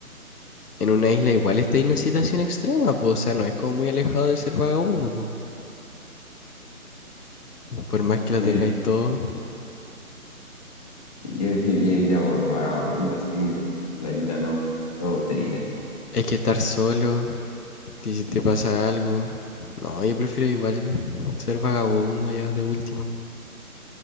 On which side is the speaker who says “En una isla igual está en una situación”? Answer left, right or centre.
Left